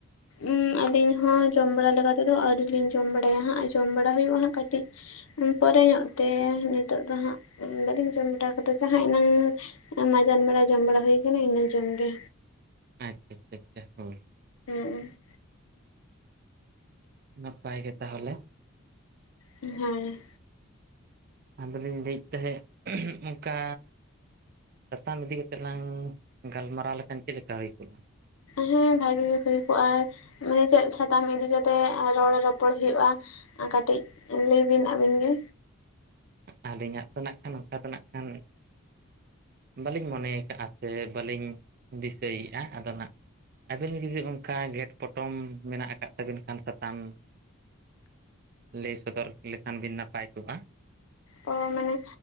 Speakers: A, on the left; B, on the right.
A: ᱩᱸ ᱟᱹᱞᱤᱧ ᱦᱚᱸ ᱡᱚᱢ ᱵᱟᱲᱟ ᱞᱮᱠᱟ ᱛᱮᱫᱚ ᱟᱹᱣᱨᱤ ᱞᱤᱧ ᱡᱚᱢ ᱵᱟᱲᱟᱭᱟ ᱦᱟᱸᱜ ᱡᱚᱢ ᱵᱟᱲᱟ ᱦᱩᱭᱩᱜᱼᱟ ᱦᱟᱸᱜ ᱠᱟᱹᱴᱤᱡ ᱩᱸ ᱯᱚᱨᱮ ᱧᱚᱜ ᱛᱮ ᱱᱤᱛᱚᱜ ᱫᱚ ᱦᱟᱸᱜ ᱚᱸ ᱵᱟᱹᱞᱤᱧ ᱡᱚᱢ ᱵᱟᱲᱟ ᱠᱟᱫᱟ ᱡᱟᱦᱟᱸ ᱮᱱᱟᱝ ᱢᱟᱡᱟᱱ ᱵᱮᱲᱟ ᱡᱚᱢ ᱵᱟᱲᱟ ᱦᱩᱭ ᱠᱟᱱᱟ ᱤᱱᱟᱹ ᱡᱚᱢ ᱜᱮ᱾
B: ᱟᱪᱪᱷᱟ ᱟᱪᱷᱟ ᱪᱷᱟ ᱦᱳᱭ᱾
A: ᱦᱮᱸ ᱾
B: ᱱᱟᱯᱟᱭ ᱜᱮ ᱛᱟᱦᱚᱞᱮ᱾
A: ᱦᱮᱸ᱾
B: ᱟᱫᱚ ᱞᱤᱧ ᱞᱟᱹᱭᱮᱜ ᱛᱟᱦᱮᱸᱜ ᱚᱝᱠᱟ ᱥᱟᱛᱟᱢ ᱤᱫᱤ ᱠᱟᱛᱮᱜ ᱞᱟᱝ ᱜᱟᱞᱢᱟᱨᱟᱣ ᱞᱮᱠᱷᱟᱱ ᱪᱮᱜ ᱞᱮᱠᱟ ᱦᱩᱭ ᱠᱚᱜᱼᱟ?
A: ᱦᱮᱸ ᱵᱷᱟᱜᱤ ᱜᱮ ᱦᱩᱭ ᱠᱚᱜᱼᱟ᱾ ᱢᱟᱱᱮ ᱪᱮᱫ ᱥᱟᱛᱟᱢ ᱤᱫᱤ ᱠᱟᱛᱮᱜ ᱮᱸ ᱨᱚᱲ ᱨᱚᱯᱚᱲ ᱦᱩᱭᱩᱜᱼᱟ ᱟᱸ ᱠᱟᱴᱤᱡ ᱞᱟᱹᱭ ᱵᱤᱱ ᱟᱵᱤᱱ ᱜᱮ᱾
B: ᱟᱹᱞᱤᱧᱟᱜ ᱛᱚ ᱱᱟᱸᱜ ᱠᱷᱟᱱ ᱱᱚᱠᱟ ᱛᱮ ᱱᱟᱜ ᱠᱷᱟᱱ ᱵᱟᱹᱞᱤᱧ ᱢᱚᱱᱮᱭ ᱠᱟᱜ-ᱟ ᱥᱮ ᱵᱟᱹᱞᱤᱧ ᱫᱤᱥᱟᱹᱭᱮᱜᱼᱟ ᱟᱫᱚ ᱱᱟᱸᱜ ᱟᱵᱤᱱ ᱜᱮ ᱡᱩᱫᱤ ᱚᱝᱠᱟ ᱜᱷᱮᱸᱴ ᱯᱚᱴᱚᱢ ᱢᱮᱱᱟᱜ ᱠᱟᱫ ᱛᱟᱹᱵᱤᱱ ᱠᱷᱟᱱ ᱥᱟᱛᱟᱢ ᱞᱟᱹᱭ ᱥᱚᱫᱚᱨ ᱞᱮᱠᱷᱟᱱ ᱵᱤᱱ ᱱᱟᱯᱟᱭ ᱠᱚᱜᱼᱟ᱾
A: ᱚ ᱢᱟᱱᱮ